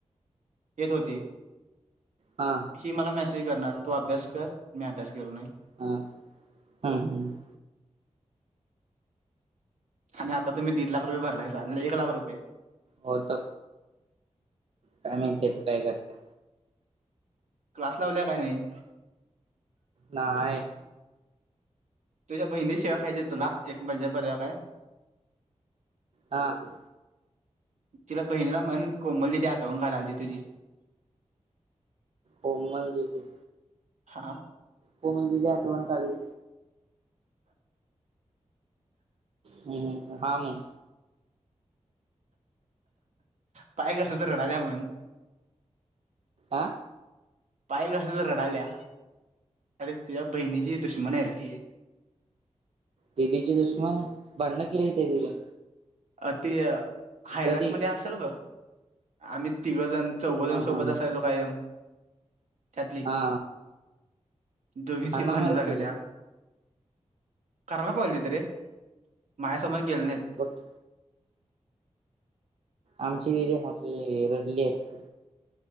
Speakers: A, on the right; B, on the right.
A: येत होती.
B: हां,
A: ही मला मेसेज करणार,, तू अभ्यास कर, मी अभ्यास केलो नाही.
B: हां, हम्म,, हम,
A: आणि आता तुम्ही दिड लाख रुपये भरलायसा, एक लाख रुपये.
B: होत. काय माहिती तर काय करत.
A: क्लास लावल्या काय नाही?
B: नाहीय
A: तुझ्या बहिणी शिव्या खायचात तुला एक मज्जा करूया काय.
B: हां
A: तिला बहिणीला म्हण कोमल दिदी आठवन काढायली तुझी. <inaudible>
B: कोमल दिदी.
A: हां
B: कोमल दिदी आठवण काढली. ह् ह, हा मग
A: पाय कस तर रडाल्या मंग.
B: आ,
A: पाय कस रडाल्या,, अरे तुझ्या बहिणीची दुश्मन आहे र तीऽ
B: दिदीचे दुश्मन, भांण केली ते दिऽ
A: अ ते हायलाइट
B: कधी
A: मध्ये असेल बघ आम्ही तिघजण चौघजण
B: हा
A: सोबत
B: हा हा
A: असायलो कायम त्यातली
B: हा
A: दोघींची
B: अन
A: भांडणं
B: मर
A: झाल्या
B: केले
A: त्या करायला पाहिली त रे मायासमोर केलं नाही
B: बक आमची तथ हातली रडली असते